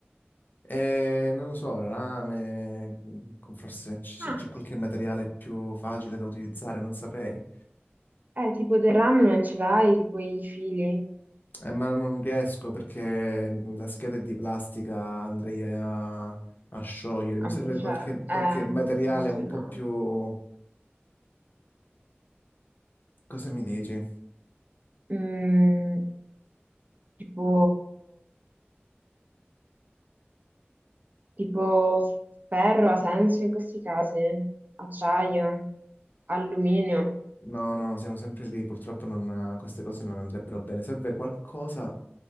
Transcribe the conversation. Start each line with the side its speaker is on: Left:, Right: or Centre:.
Left: Eh, non lo so, rame, con- forse c- se
Right: Ah.
Left: c'è qualche materiale più facile da utilizzare, non saprei.
Right: Eh, tipo del rame non ce l'hai, tipo i fili
Left: Eh, ma non riesco perché mm, la scheda è di plastica, andrei a, a sciogliere.
Right: a
Left: Mi serve
Right: bruciare.
Left: qualche,
Right: Eh,
Left: qualche materiale
Right: immagino.
Left: un po' più... Cosa mi dici?
Right: Mm, tipo, tipo ferro ha senso in questi casi? Acciaio, alluminio.
Left: No, no, siamo sempre lì, purtroppo non- queste cose non andrebbero bene. Serve qualcosa,